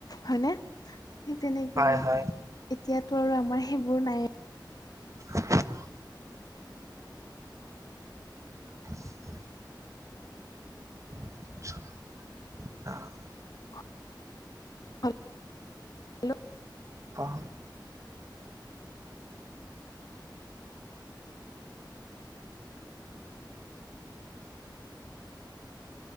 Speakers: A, on the left; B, on the right.
A: হয়নে? ঠিক তেনেকে
B: হয় হয়
A: এতিয়াতো আৰু আমাৰ সেইবোৰ নাই।
B: <inaudible> <inaudible> <unintelligible>
A: <unintelligible> হেল্ল'
B: কহ